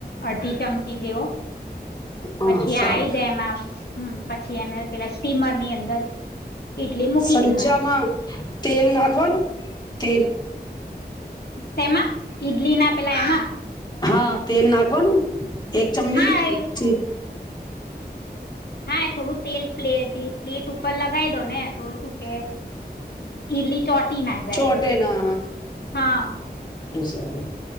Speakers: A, on the left (about 70°); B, on the left (about 25°).
A: અડધી ચમચી જેવો,
B: હા
A: પછી
B: સારું
A: આવી જાય એમાં હ પછી એને પેલા સ્ટીમર ની અંદર ઈડલી મૂકી
B: સંચામાં
A: દેવાની.
B: તેલ નાખવાનું તેલ.
A: તેમાં ઈડલી ના પેલા એમાં.
B: હા તેલ નાખવાનું? એક ચમીઠી.
A: હા એ હા એ થોડું તેલ પ્લે પ્લેટ ઉપર લગાવી દો ને તો શું કે, ઈડલી ચોટી ના જાય
B: ચોટે
A: એમ,
B: ના
A: હા.
B: સારૂ.